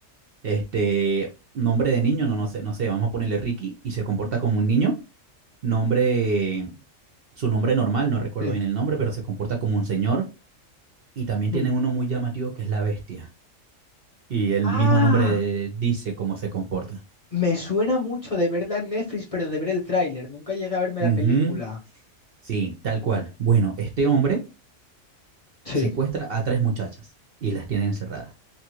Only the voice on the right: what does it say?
Este, nombre de niño, no, no sé, no sé, vamos a ponerle Ricky y se comporta como un niño. Nombre, su nombre normal, no recuerdo
bien el nombre, pero se comporta como un señor. Y también tienen
uno muy llamativo que es la bestia. Y el
mismo nombre dice cómo se comporta.
Ujú,
Sí, tal cual. Bueno, este hombre
secuestra a tres muchachas y las tiene encerradas.